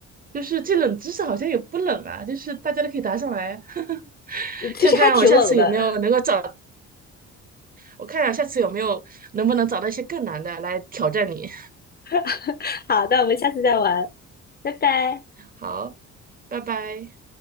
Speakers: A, on the right; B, on the left.
A: 就是这冷知识好像也不冷啊，就是大家都可以答上来，<laughs>
B: <laughs> 其实还挺冷的。
A: 看看我下次有没有能够找，我看看下次有没有能不能找到一些更难的来挑战你。
B: <laughs> 好，那我们下次再玩，拜拜。
A: 好，拜拜。